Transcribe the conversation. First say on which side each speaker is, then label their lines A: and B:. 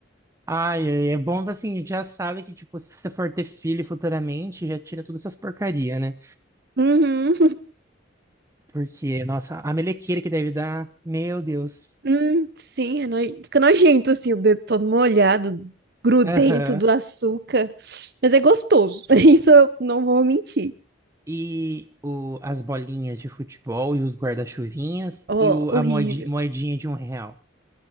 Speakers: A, on the right; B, on the right.
A: Ai, ai, é bom assim, a gente já sabe que, tipo, se você for ter filho futuramente, já tira todas essas porcaria, né?
B: Uhum.
A: Porque, nossa, a melequeira que deve dar, meu Deus.
B: Hum, sim, é no- fica nojento assim, o dedo todo molhado, grudento
A: Aham.
B: do açúcar. Mas é gostoso. <laughs> Isso eu não vou mentir.
A: E o, as bolinhas de futebol e os guarda-chuvinhas
B: Ó,
A: e o,
B: horrível.
A: a moedi- moedinha de um real.